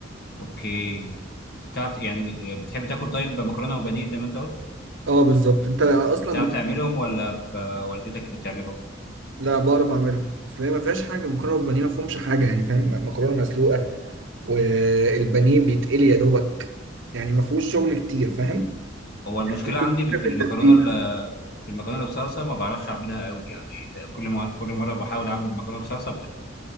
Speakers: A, on the left; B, on the right.
A: اوكي بتعرف يعني بتحب تاكل طيب مكرونه وبانيه زي ما انت قلت
B: اه بالظبط انت اصلا
A: بتعرف
B: بت...
A: تعملهم ولا ب- والدتك اللي بتعملهم
B: لا بعرف اعملها اصل هي ما فيهاش حاجه المكرونه بالبانيه ما فيهمش حاجه يعني فاهم مكرونه مسلوقه والبانيه بيتقلي يا دوبك يعني ما فيهوش شغل كتير فاهم
A: هو المشكله
B: <laughs>
A: عندي في
B: في
A: المكرونه
B: التتبيله
A: في المكرونه بصلصه ما بعرفش اعملها قوي يعني كل ما كل مره بحاول اعمل مكرونه بصلصه بت